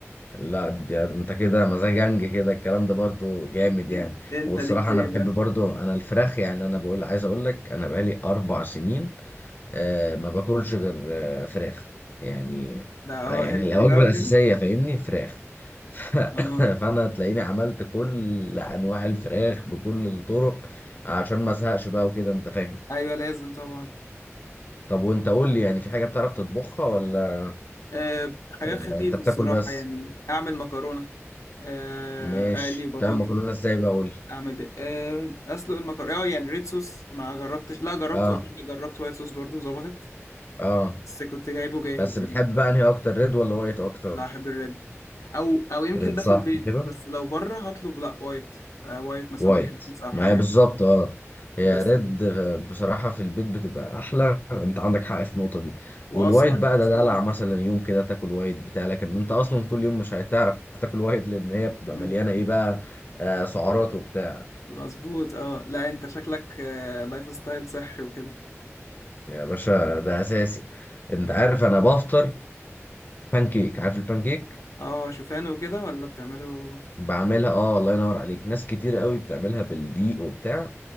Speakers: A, on the left; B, on the left.
A: لا دي انت كده مزاجنج كده الكلام ده برضو جامد يعني
B: إن- انت
A: والصراحة
B: ليك في
A: انا
B: ايه
A: بحب
B: بقى
A: برضو انا الفراخ يعني انا بقول عايز اقول لك انا بقالي اربع سنين آه ما باكلش غير آه فراخ يعني
B: ده اه
A: آه يعني
B: هيلثي
A: الوجبة
B: بقى وكده
A: الاساسية فاهمني فراخ <laughs> ف-
B: اه
A: فانا تلاقيني عملت كل انواع الفراخ بكل الطرق عشان ما ازهقش بقى وكده انت فاهم
B: ايوه لازم طبعا
A: طب وانت قول لي يعني في حاجة بتعرف تطبخها ولا
B: أه حاجات
A: يعني
B: خفيفه
A: انت بتاكل
B: الصراحه
A: بس
B: يعني اعمل مكرونه آه،
A: ماشي
B: اقلي بطاطا
A: بتعمل مكرونة ازاي بقى قول لي
B: اعمل بي... أه اسلق المكرونه اه يعني ريد صوص ما جربتش لا جربت
A: اه
B: وصدق جربت وايت صوص برضو ظبطت
A: اه
B: بس كنت جايبه جاهز
A: بس بتحب
B: يعني
A: بقى انهي اكتر ريد ولا وايت اكتر
B: لا احب الريد او او يمكن
A: ريد
B: ده
A: صح
B: في البيت
A: كده
B: بس لو بره هطلب لا وايت آه وايت مثلا
A: وايت
B: مكان كيس او حاجه
A: معايا بالظبط اه هي
B: بس
A: ريد بصراحة في البيت بتبقى احلى انت عندك حق في النقطة دي
B: واسرع
A: والوايت بقى
B: كده
A: ده
B: سريع
A: دلع مثلا يوم كده تاكل وايت بتاع لكن انت اصلا كل يوم مش هتعرف تاكل وايت لان هي
B: <laughs>
A: بتبقى مليانة ايه بقى آه سعرات وبتاع
B: مظبوط اه لا انت شكلك آه لايف ستايل صحي وكده
A: يا باشا ده اساسي انت عارف انا بفطر بانكيك عارف البانكيك
B: اه شوفان وكده ولا بتعمله
A: بعملها اه الله ينور عليك ناس كتير قوي بتعملها بالدقيق وبتاع